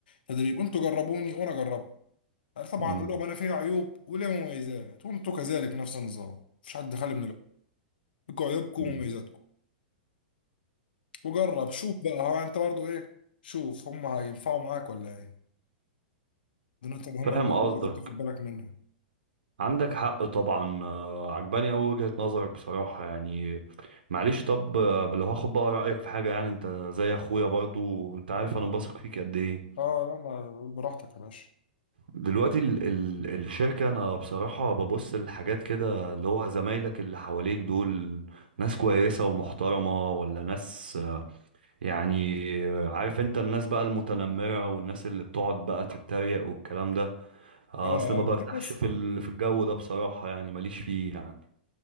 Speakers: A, on the left (about 80°); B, on the right (about 85°).
A: تدريب انتوا جربوني وانا جربت طبعا
B: امم
A: اقول لهم انا فيها عيوب وليا مميزات وانتوا كذلك نفس النظام مفيش حد خالي من العيوب لكم عيوبكم
B: امم
A: ومميزاتكم وجرب شوف بقى ها انت برضو ايه شوف هم هينفعوا معاك ولا ايه دي نقطة مهمة
B: فاهم
A: برضو
B: قصدك
A: لازم تاخد بالك منها
B: عندك حق طبعا آه، عجباني أوي وجهة نظرك بصراحة يعني معلش طب آه، لو هاخد بقى رأيك في حاجة يعني انت زي اخويا برضو انت عارف انا بثق فيك قد ايه
A: اه لا ما قول براحتك يا باشا
B: دلوقتي ال ال الشركة انا بصراحة ببص للحاجات كده اللي هو زمايلك اللي حواليك دول ناس كويسة ومحترمة ولا ناس آه، يعني آه، عارف انت الناس بقى المتنمرة والناس اللي بتقعد بقى تتريق والكلام ده اه
A: اه
B: اصل ما برتاحش
A: في ناس
B: في ال- في الجو ده بصراحة يعني ماليش فيه يعني